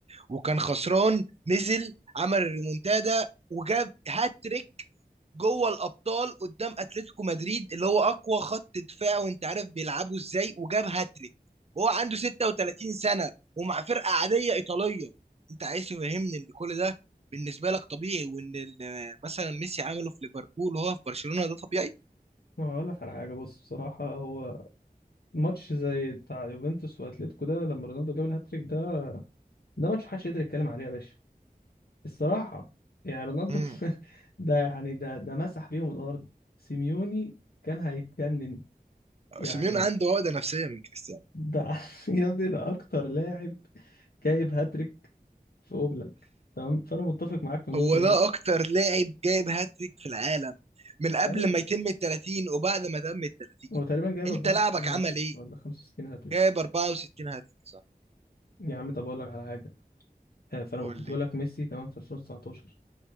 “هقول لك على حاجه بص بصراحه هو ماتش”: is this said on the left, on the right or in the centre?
Left